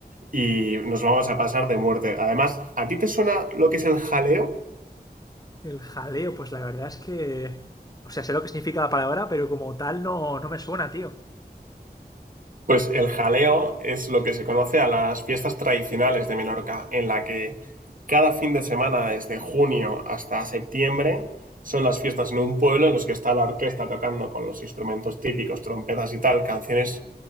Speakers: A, on the right; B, on the left.
A: y nos vamos a pasar de muerte. Además, ¿a ti te suena lo que es el jaleo?
B: El jaleo, pues la verdad es que. O sea, sé lo que significa la palabra, pero como tal no, no me suena, tío.
A: Pues el jaleo es lo que se conoce a las fiestas tradicionales de Menorca, en la que cada fin de semana, desde junio hasta septiembre, son las fiestas en un pueblo en los que está la orquesta tocando con los instrumentos típicos, trompetas y tal, canciones